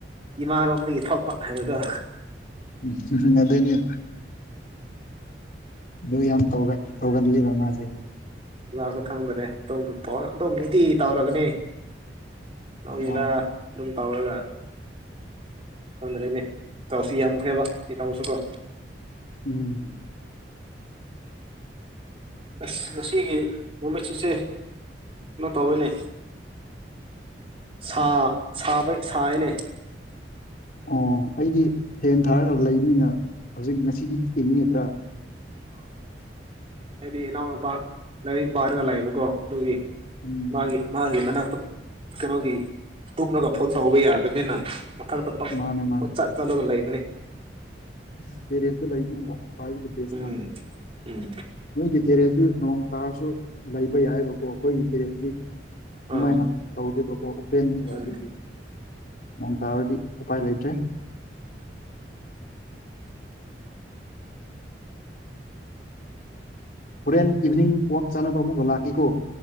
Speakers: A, on the right; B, on the left.
A: ꯏꯃꯥꯔꯣꯝꯗꯒꯤ ꯊꯣꯛꯄ ꯍꯥꯏꯕꯗꯣ
B: ꯎꯝ ꯍꯨꯝ ꯍꯨꯝ ꯑꯗꯨꯅꯤ ꯑꯗꯨ ꯌꯥꯝ ꯇꯧꯒꯜꯂꯤꯕ ꯃꯥꯁꯦ
A: ꯂꯥꯛ ꯈꯪꯗ꯭ꯔꯦ ꯑꯗꯨꯝ ꯑꯗꯨꯝ ꯏꯗꯤꯤ ꯇꯧꯔꯒꯅꯤ ꯅ ꯌꯦꯔꯥ
B: ꯑꯣ
A: ꯑꯗꯨꯝ ꯇꯥꯎꯔꯒ ꯈꯪꯗ꯭ꯔꯦꯅꯦ ꯇꯥꯎꯁꯤ ꯌꯥꯝꯈ꯭ꯔꯦꯕ ꯏ ꯇꯥꯡꯁꯨ ꯀꯣ
B: ꯎꯝ
A: ꯑꯁ ꯉꯁꯤꯒꯤ ꯂꯣꯂꯁꯤꯁꯦ ꯀꯩꯅꯣ ꯇꯧꯋꯅꯦ ꯁꯥ ꯁꯥꯕꯩ ꯁꯥꯏꯅꯦ
B: ꯑꯣ ꯑꯩꯗꯤ ꯐꯦꯟ ꯊꯥꯔꯒ ꯂꯩꯕꯅꯤꯅ ꯍꯧꯖꯤꯛ ꯉꯁꯤꯗꯤ ꯌꯦꯡꯅꯤꯗ꯭ꯔꯥ
A: ꯑ ꯍꯥꯏꯗꯤ ꯏꯅꯥꯎꯅꯄꯥ ꯂꯥꯏꯔꯤꯛ ꯄꯥꯔꯒ ꯂꯥꯛꯑꯦꯕꯀꯣ ꯑꯗꯨꯒꯤ
B: ꯎꯝ
A: ꯃꯥꯒꯤ ꯃꯥꯒꯤ ꯃꯅꯥꯛꯇ ꯀꯩꯅꯣꯒꯤ ꯇꯨꯞꯛꯂꯒ ꯐꯣꯟ ꯇꯧꯕ ꯌꯥꯗꯕꯅꯤꯅ ꯃꯊꯛꯛꯇ ꯄꯠ
B: ꯃꯥꯅꯦ ꯃꯥꯅꯦ
A: ꯆꯠ ꯆꯠꯂꯒ ꯂꯩꯕꯅꯤ
B: ꯏꯁ ꯇꯦꯔꯦꯁꯇꯨ ꯂꯩ ꯈ꯭ꯋꯥꯏꯗꯒꯤ ꯕꯦꯁ
A: ꯎꯝ
B: ꯇꯥꯔꯦ
A: ꯎꯝ
B: ꯅꯣꯏꯒꯤ ꯇꯦꯔꯦꯁꯇꯨ ꯅꯣꯡ ꯇꯥꯔꯁꯨ ꯂꯩꯕ ꯌꯥꯏꯑꯕꯀꯣ ꯑꯩꯈꯣꯏꯒꯤ ꯇꯦꯔꯦꯁꯇ ꯑꯗꯨꯃꯥꯏꯅ
A: ꯑꯥ
B: ꯇꯧꯗꯦꯕꯀꯣ ꯄꯦꯟꯅꯤꯕ
A: ꯎꯝ
B: ꯑꯗꯨꯒꯤ ꯅꯑꯣꯡ ꯇꯥꯔꯗꯤ ꯎꯄꯥꯏ ꯂꯩꯇ꯭ꯔꯦ ꯍꯣꯔꯦꯟ ꯏꯚꯤꯅꯤꯡ ꯋꯥꯛ ꯆꯥꯅꯕ ꯑꯃꯨꯛꯒ ꯂꯥꯛꯈꯤꯀꯣ